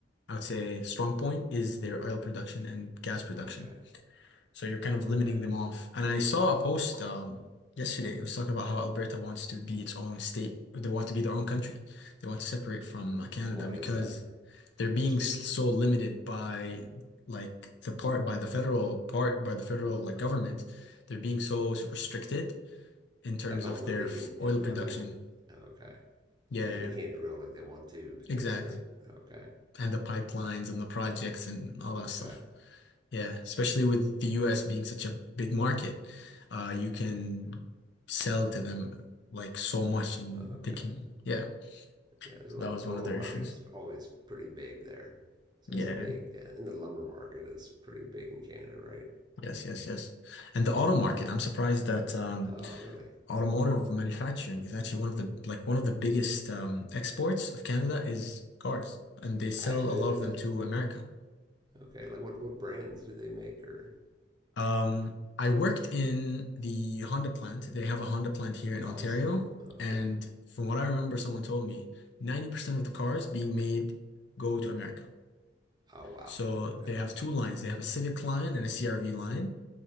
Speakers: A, on the left; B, on the right.
A: I would say strong point is their
B: right.
A: oil production and gas production.
B: Okay.
A: So you're kind of
B: Okay.
A: limiting them off. And I saw a post um yesterday. It was talking about how Alberta wants to be its own state. They want to be their own country. They want to separate from uh, Canada
B: Why
A: because
B: is that?
A: they're being
B: Just
A: s-
B: because of
A: so
B: that.
A: limited by like the part by the federal part by the federal like
B: Huh.
A: government they're being so restricted in terms
B: like on
A: of
B: what
A: their
B: they
A: f-
B: can in
A: oil
B: drilling.
A: production.
B: Okay.
A: Yeah,
B: They, they can't drill like they want to because
A: exactly.
B: they're okay.
A: And the pipelines and the projects and all that
B: Okay.
A: stuff. Yeah, especially with the US being such a big market, uh, you can sell to them like so much and
B: Okay.
A: they can, yeah,
B: Yeah, there's
A: So
B: a
A: that
B: lot
A: was
B: of the
A: one
B: oil
A: of their
B: market's
A: issues.
B: always pretty big there. So
A: Yeah,
B: that's a big yeah, and the lumber market is pretty big in Canada, right?
A: yes, yes, yes. And the auto market, I'm surprised that um,
B: Yeah. Oh, really?
A: automotive manufacturing is actually one of the like one of the biggest um, exports of Canada is cars, and they sell
B: I actually
A: a lot
B: didn't
A: of
B: know
A: them
B: that.
A: to America.
B: Okay. Like what what brands do they make or
A: Um, I worked in the Honda plant. They have a Honda plant here in Ontario.
B: awesome. Okay.
A: And from what I remember, someone told me 90% of the cars being made go to America.
B: Oh wow.
A: So
B: Okay.
A: they have two lines. They have a Civic line and a CRV line.